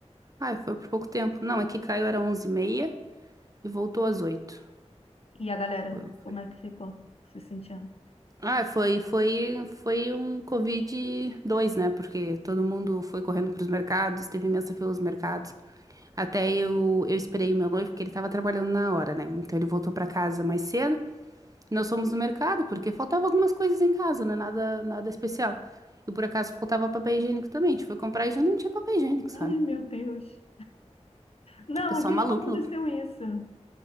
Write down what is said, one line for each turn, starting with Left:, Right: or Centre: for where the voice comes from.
Right: Ai, foi por pouco tempo. Não, é que caiu era onze e meia e voltou às oito
Left: E a galera,
Right: Foi,
Left: como
Right: foi.
Left: é que ficou se sentindo?
Right: Ah, foi, foi, foi um covid dois né? Porque todo mundo foi correndo pros mercados, teve imensa fila nos mercados. Até eu, eu esperei o meu noivo, porque ele tava trabalhando na hora, né? Então ele voltou pra casa mais cedo. Nós fomos no mercado, porque faltava algumas coisas em casa, né? Nada, nada especial. E por acaso faltava papel higiênico também. A gente foi comprar e já não tinha papel higiênico, sabe?
Left: Ai, meu Deus. Não,
Right: O Pessoal
Left: aqui
Right: maluco,
Left: não aconteceu
Right: maluco.
Left: isso.